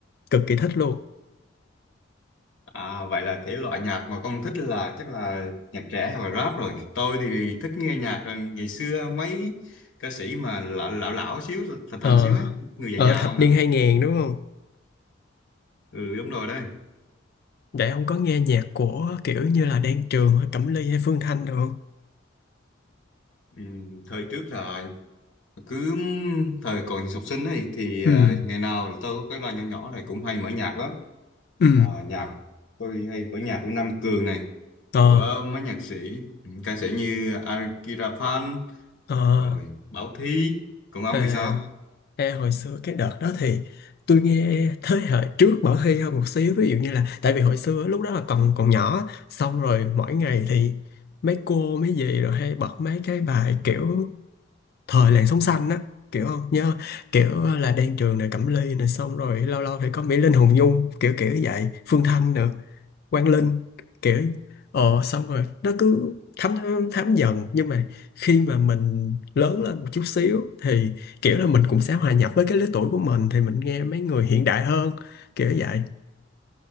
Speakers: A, on the left; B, on the left.
A: cực kỳ thích luôn
B: à, vậy là thể loại nhạc mà con thích là chắc là nhạc trẻ hay là rap rồi tôi thì thích nghe nhạc rồi ngày xưa mấy ca sĩ mà lão lão, lão xíu thành
A: ờ
B: thành xíu ấy người già
A: ở
B: già
A: thập
B: không nè
A: niên 2000 đúng không
B: ừ đúng rồi đấy
A: Vậy ông có nghe nhạc của kiểu như là Đan Trường hay Cẩm Ly hay Phương Thanh được không?
B: ừ. thời trước là cứ thời còn học sinh ấy thì
A: ừ
B: à, ngày nào là tôi có cái loa nhỏ nhỏ này cũng hay mở nhạc lắm
A: ừ
B: mà nhạc tôi hay mở nhạc của Nam Cường này
A: Ờ,
B: của mấy nhạc sĩ ca sĩ như Akira Phan
A: ờ,
B: rồi Bảo Thy còn ông
A: à,
B: thì sao
A: ê, hồi xưa cái đợt đó thì tôi nghe thế hệ trước Bảo Hy hơn một xíu ví dụ như là tại vì hồi xưa lúc đó là còn còn nhỏ xong rồi mỗi ngày thì mấy cô mấy dì rồi hay bật mấy cái bài kiểu thời làn sóng xanh á kiểu không nhớ kiểu là Đan Trường này Cẩm Ly này xong rồi lâu lâu thì có Mỹ Linh Hùng Nhung kiểu kiểu vậy Phương Thanh nữa Quang Linh kiểu ờ xong rồi nó cứ thấm thấm, thấm dần nhưng mà khi mà mình lớn lên một chút xíu thì kiểu là mình cũng sẽ hòa nhập với cái lứa tuổi của mình thì mình nghe mấy người hiện đại hơn kiểu vậy